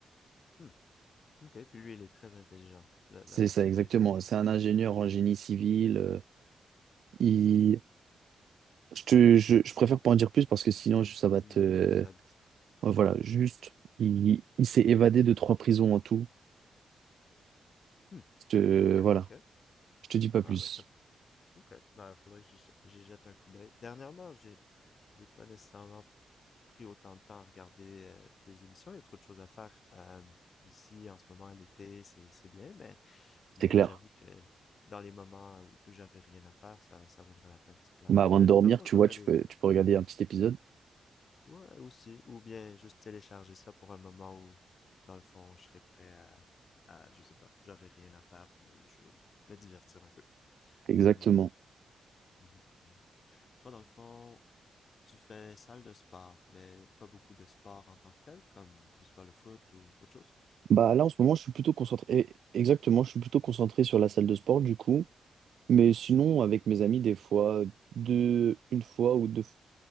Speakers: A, on the left (about 40°); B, on the right (about 70°).
A: Hmm. ok. Puis lui, il est très intelligent, la, la
B: C'est
A: personne
B: ça, exactement.
A: qui essaie d'aider.
B: C'est un
A: Ok,
B: ingénieur en génie civil. euh, il... je, te- je, je préfère pas en dire plus parce que sinon, je- ça va
A: Hmm.
B: te. euh,
A: ça,
B: Voilà, juste, il, il s'est évadé de trois prisons en tout.
A: Hmm.
B: Je te,
A: ok,
B: voilà,
A: ok.
B: je te dis pas
A: Ah,
B: plus.
A: ben, ça Ok, ben, faudrait que j'y j'y jette un coup d'œil. Dernièrement, j'ai j'ai pas nécessairement pris autant de temps à regarder euh, des émissions. Il y a trop de choses à faire euh, ici en ce moment, à l'été, c'est c'est bien, mais, mais
B: C'est clair.
A: j'avoue que dans les moments où j'aurais rien à faire, ça, ça vaudrait la peine, c'est clair.
B: Bah, avant
A: Je-
B: de dormir,
A: dans le fond,
B: tu
A: je devrais
B: vois, tu
A: les...
B: peux, tu peux regarder un petit épisode.
A: Ouais, aussi, ou bien juste télécharger ça pour un moment où, dans le fond, je serais prêt à, à je sais pas, j'aurais rien à faire, puis je veux me divertir un peu.
B: Exactement.
A: Ouais. Mhm, mhm. Toi, dans le fond, Tu fais salle de sport, mais pas beaucoup de sport en tant que tel, comme, je sais pas, le foot ou autre chose.
B: Bah là, en ce moment, je suis plutôt concentré. eh, Exactement, je suis plutôt concentré sur la salle de sport, du coup. Mais sinon, avec mes amis, des fois, deux, une fois ou deux,